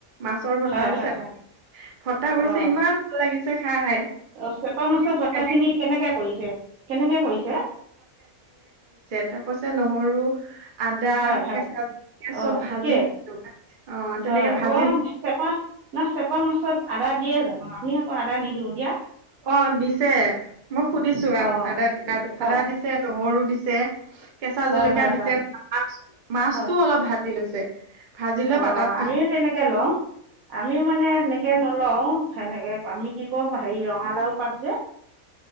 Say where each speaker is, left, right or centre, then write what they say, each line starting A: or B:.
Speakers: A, on the right; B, on the right.
A: মাছৰ ভত্তা,
B: হয় হয়
A: চেপ
B: হয়
A: ভত্তা কৰিছে
B: অ
A: ইমান ভাল লাগিছে খাই।
B: অ', চেপা
A: সুধিছো
B: মাছৰ ভত্তাখিনি
A: কেনে
B: কেনেকে কৰিছে কেনেকে কৰিছে?
A: একৈছে নহৰু আদা
B: হয় হয়
A: কেঁচা পিয়াজ
B: অ',
A: চব ভাজি
B: ঠিকেই
A: লো অ',
B: হয়,
A: তেনেকে ভাজি
B: অলপ চেপা না চেপা মাছত আদা দিয়ে জানো? আমি আকৌ আদা নিদিওঁ দিয়া।
A: অ দিছে। মই সুধিছো আ-
B: অ'
A: আদা-আদা
B: হয়
A: দিছে, নহৰু দি, কেঁচা
B: হয়
A: জলকীয়া
B: হয়
A: দিছে,
B: হয়
A: মাছটো
B: হয়
A: অলপ ভাজি লৈছে। ভাজি লৈ
B: অ
A: পাতাত পিচি
B: আমিও তেনেকে লওঁ, আমিও মানে সেনেকে নলও সেনেকে, আমি কি কম হেৰি ৰঙালাও পাত যে,